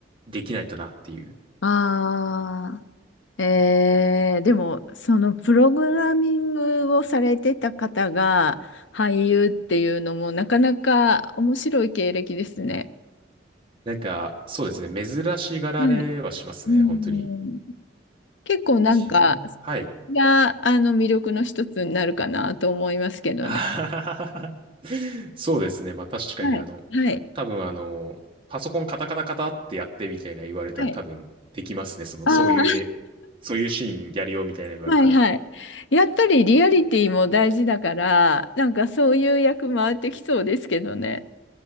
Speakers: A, on the right; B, on the left.
A: できないとなっていう。
B: あーえー、でも、そのプログラミングをされてた方が俳優っていうのもなかなか面白い経歴ですね。
A: なんか、そうですね、珍しがられはしますね、
B: はい。うん、
A: 本当に。
B: 結構なんか、
A: 自分も、
B: そ
A: はい、
B: れがあの魅力の一つになるかなと思いますけどね。
A: <laughs> あはははそうですね。まあ確かにあの、
B: はい。はい。
A: 多分あの、パソコンカタカタカタってやってみたいな言われたら多分できますね。
B: はい。
A: その、
B: ああ、
A: そういうえ、そういうシーンやるよみたいな言われたら。
B: はいはい。やっぱりリアリティも大事だから、なんかそういう役回ってきそうですけどね。